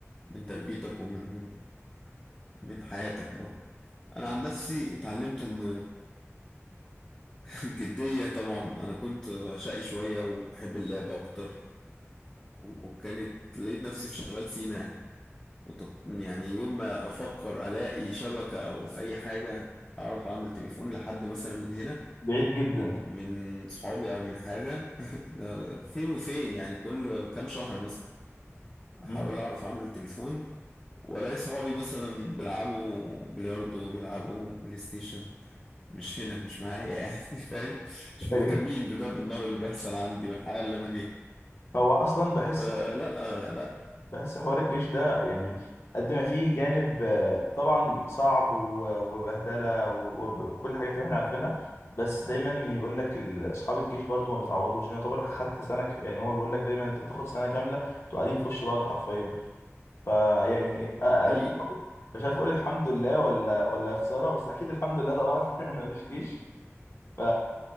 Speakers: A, on the left; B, on the left.
A: من تربيتك ومن من حياتك برضه أنا عن نفسي اتعلمت إن الجدية طبعا أنا كنت شقي شوية وبحب اللعب أكتر وكانت لقيت نفسي في شمال سيناء كنت يعني يوم ما أفكر ألاقي شبكة أو أي حاجة أعرف أعمل تليفون لحد مثلا من هنا
B: بعيد جدا
A: من صحابي أو من حاجة <laughs> ده فين وفين يعني كل كام شهر مثلا
B: مم.
A: أحاول أعرف أعمل تليفون وألاقي صحابي مثلا بيلعبوا بلياردو بيلعبوا بلاي ستيشن مش هنا مش معايا يعني <laughs> فاهم مش
B: <laughs>
A: مهتمين
B: أيوه
A: بضرب النار اللي بيحصل عندي والحياة اللي أنا فيها
B: هو أصلا بحس
A: فلا آه، لا
B: بحس حوار الجيش ده يعني قد ما فيه جانب آه، طبعا صعب و- وبهدله و- وكل الحاجات اللي احنا عارفينها بس دايما يقول لك ال- اصحاب الجيش برضو ما بيتعوضوش يعني يعتبر خدت سنه ك... يعني هو بيقول لك دايما انت بتاخد سنه كامله انتوا قاعدين في وش بعض حرفيا فيعني آه،
A: حقيقي
B: انا مش عارف أقول- مش عارف اقول الحمد لله ولا ولا يا خساره بس اكيد الحمد لله طبعا <laughs> انا ماليش جيش ف